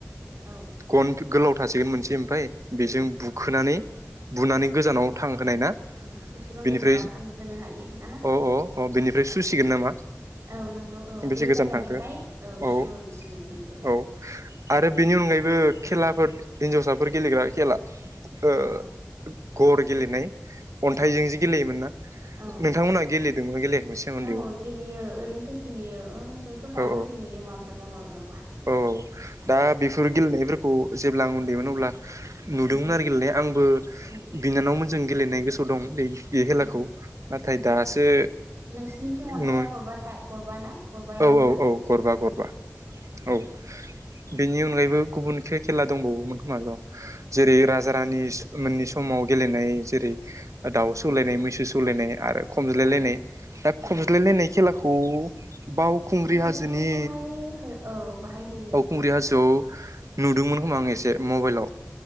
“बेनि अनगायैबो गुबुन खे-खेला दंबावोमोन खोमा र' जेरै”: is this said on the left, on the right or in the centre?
Right